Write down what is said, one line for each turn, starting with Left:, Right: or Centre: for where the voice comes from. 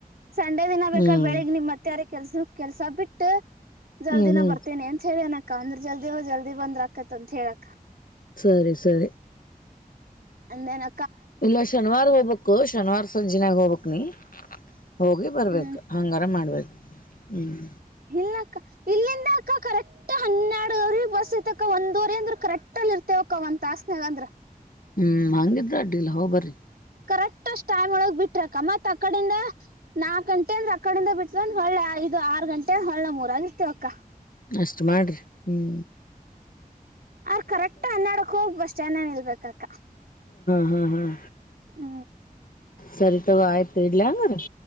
Right: ಸಂಡೆ ದಿನ ಬೇಕಾದ
Left: ಹ್ಮ್
Right: ಬೆಳಿಗ್ ನಿಮ್ ಮತ್ತೆಾರ ಕೆಲ್ಸ ಕೆಲ್ಸ ಬಿಟ್ಟ ಜಲ್ದಿನ
Left: ಹ್ಮ್ ಹ್ಮ್
Right: ಬರ್ತೇನೆ ಅಂತ ಹೇಳಿ ಅನ ಕಾಂದ್ರ ಚಲ್ದ ಹ ಜಲ್ ಅ ಬಂದ್ರ್ ಆಕತಂತತ್ ಹೇಳಕ್
Left: ಸರಿ ಸರಿ
Right: ಅಂದೇನ
Left: ಇಲ್ಲ ಶನಿವಾರ ಹೋಗ್ಬೇಕು ಶನಿವಾರ ಜಿನಾಗ ಹೋಗಬೇಕು ನೀ ಹೋಗಿ ಬರ್ಬೇಕು
Right: ಹ್ಮ್
Left: ಹಂಗಾರ ಮಾಡ್ಬೇಕು ಹ್ಮ್
Right: ಇಲ್ಲ ಅಕ್ಕ ಇಲ್ಲಿಂದ ಅಕ್ಕ ಕರೆಕ್ ಹನ್ನೆರಡು ಬ ತಕ ಒಂದೂಊರಿ ಅಂದ್ರೆ ಕರೆಕ್ಟ್ ಅಲ್ಲಿ ಇರ್ತೆೇವಕ್ಕ ಒಂದ ತಾಸ್ನೆಾಗ ಅಂದ್ರೆ
Left: ಹ್ಮ್ ಹಂಗಿದ್ರ ಅಡ್ಡಿಲ್ಲ ಹೋಗ್ ಬರ್ರಿ
Right: ಕರೆಕ್ಟ್ ಅಷ್ಟ್ ಟೈಮ್ ಒಳಗ್ ಬಿಟ್ರಕ್ಕ ಮತ್ ಅಕಡಿಂದ ನಾಕ್ ಗಂಟೆ ಅಂದ್ರೆ ಅಕಡಿಂದ ಬಿಟ್ಟಂದ್ರ ಹೊಳ್ಳೆ ಐದು ಆರು ಗಂಟೆ ಅಂದ್ರ ಹೊಳ್ಳೆ ಮೂರ ಆಗಿರ್ತವಕ್ಕ
Left: ಅಷ್ಟು ಮಾಡರಿ ಹ್ಞೂ
Right: ಅವರ್ ಕರೆಕ್ಟ್ ಹನ್ನಡಕ್ ಹೋಗ್ ಬಸ್ನ್ನನ್ ನಿಲ್ಬೇಕಕ್ಕ
Left: ಹ್ಮ್ ಹ್ಮ್
Right: ಹ
Left: ಸರಿತ ಆಾಜತಲ್ಲಾಂಗ